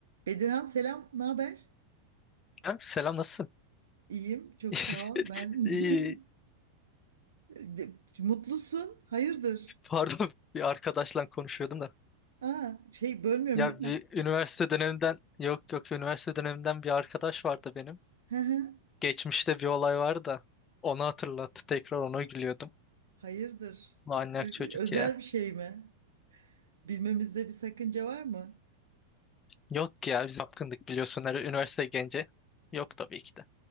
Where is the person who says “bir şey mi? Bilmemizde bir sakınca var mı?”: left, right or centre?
Right